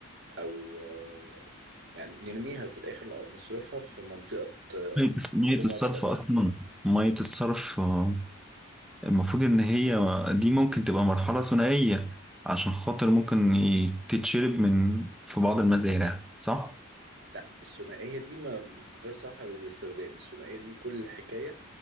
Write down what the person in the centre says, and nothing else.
مية الس- مية
الصرف
أصلا مية الصرف آه، المفروض إن هي دي ممكن تبقى مرحلة ثنائية عشان خاطر ممكن ي- تتشرب من في بعض المزارع صح؟